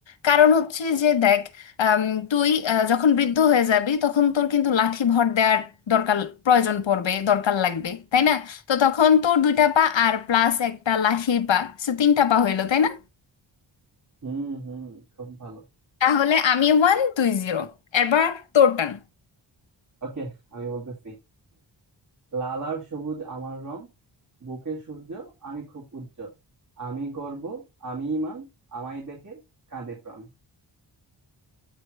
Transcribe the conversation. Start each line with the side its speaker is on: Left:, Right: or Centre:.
Left: কারণ হচ্ছে যে দেখ আম, তুই আহ, যখন বৃদ্ধ হয়ে যাবি তখন তোর কিন্তু লাঠি ভর দেওয়ার দরকার প্রয়োজন পড়বে দরকার লাগবে তাই না তো তখন তোর দুইটা পা আর প্লাস একটা লাঠির পা সে তিনটা পা হইলো তাই না
Right: হুম হুম খুব ভালো
Left: তাহলে আমি ওয়ান তুই জিরো এবার তোর টান
Right: ওকে আমি বলতেছি লাল আর সবুজ আমার রং বুকে সূর্য আমি খুব উজ্জ্বল আমি গর্ব আমি ইমান আমায় দেখে কাঁদে প্রাণ